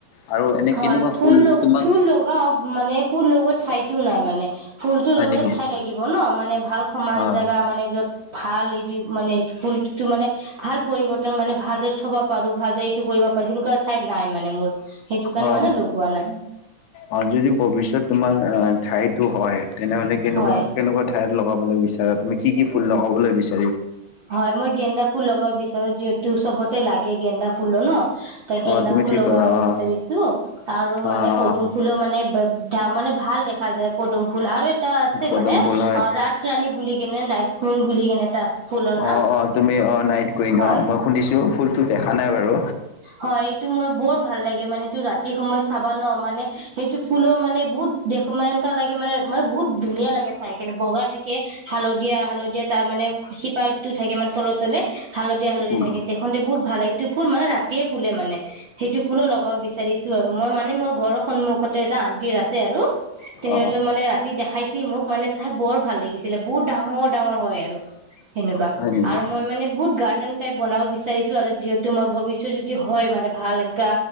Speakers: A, on the left; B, on the right.
A: আৰু এনে
B: হয়
A: কেনেকুৱা
B: ফুল
A: তোমাক
B: ফুল লগাও মানে ফুল লগোৱা ঠাইতো নাই মানে ফুলটো
A: হয়
B: লগালে
A: নেকি
B: ঠাই লাগিব ন মানে ভাল সমান
A: অ',
B: জাগা মানে য'ত ভাল হেৰি মানে ফুলটো মানে ভাল পৰিৱৰ্তন মানে ভালদৰে থব পাৰো ভালদৰে এইটো কৰিব পাৰো সেনেকুৱা ঠাইত নাই মানে মোৰ সেইটো কাৰণে
A: অ
B: মানে লগোৱা নাই
A: অ যদি ভৱিষ্যৎ তোমাৰ আহ ঠাইটো হয় তেনেহ'লে কেনেকুৱা
B: হয়
A: কেনেকুৱা ঠাইত লগাবলৈ বিচাৰ তুমি কি কি ফুল লগাবলৈ বিচাৰা
B: হয় মই গেন্দা ফুল লগাব বিচাৰো যিহেতু তো চবতে লাগে গেন্দা ফুলো ন তাক গেন্দা
A: অ তুমি
B: ফুল
A: ঠিক
B: লগাব
A: ক'লা অ
B: বিচাৰিছো আৰু
A: অ
B: মানে পদুম ফুলো মানে দাম মানে ভাল দেখা যায় পদুম ফুল আৰু এটা আছে
A: পদম
B: মানে
A: ফুল হয়
B: অ ৰাত ৰাণী বুলি কেনে নাইট কুইন বুলি কেনে এটা আছে ফুলৰ নাম
A: অ অ তুমি অ নাইট কুইণ
B: হয়
A: অ মই শুনিছো ফুল দেখা নাই বাৰু
B: হয় এইটো মই বৰ ভাল লাগে মানে টো ৰাতি সময়ত চাবা ন মানে সেইটো ফুলো মানে বহুত দেখো মানে এনকা লাগে মানে মুক বহুত ধুনীয়া লাগে চাইকেনে বগা থাকে হালধীয়া হালধীয়া তাৰ মানে শিপাটো থাকে মানে তলে তলে হালধীয়া হালধীয়া
A: উম
B: থাকে দেখোনতে বহুত ভাল লাগে সেইটো ফুল মানে ৰাতি তিয়ে ফুলে মানে সেইটো ফুলো লগাব বিচাৰিছো আৰু মই মানে মোৰ ঘৰৰ সন্মুখতে এটা আণ্টিৰ আছে আৰু তেহেতু
A: অ
B: মানে ৰাতি দেখাইছি মোক মানে চাই বৰ ভাল লাগিছিলে বহুত ডাঙৰ ডাঙৰ হয় আৰু। সেনেকুৱা
A: হয় নেকি
B: আৰু মই মানে বহুত গাৰ্ডেন টাইপ বনাব বিচাৰিছো আৰু যিহেতু মই ভৱিষ্যত? হয় মানে ভাল এনকা।